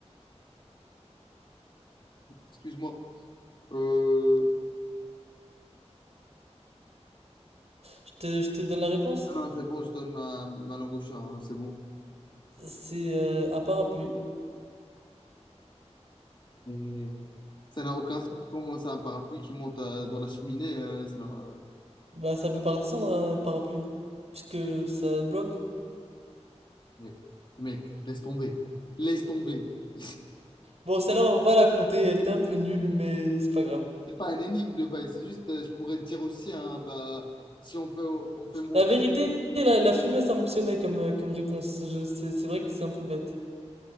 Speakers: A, on the left; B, on the right.
A: Excuse-moi. Euh...
B: Je te, je te donne la réponse.
A: Non, c'est bon, je donne ma, ma langue au chat, hein, c'est bon.
B: C'est euh, un parapluie.
A: Mais ça n'a aucun sens. Comment c'est un parapluie qui monte euh, dans la cheminée? euh, ça n'a- euh,
B: Bah, ça peut pas redescendre un parapluie. Parce que ça bloque.
A: Mais, mec, laisse tomber. Laisse tomber. <laughs>
B: Bon, celle-là, on va pas la compter. Elle était un peu nulle, mais c'est pas grave.
A: C'est pas un énigme le bail, c'est juste, euh, je pourrais te dire aussi, hein, bah, si on fait, on fait mon
B: La vérité, la, la fumée, ça fonctionnait comme, euh, comme réponse. Je, c'est, c'est vrai que c'est un peu bête.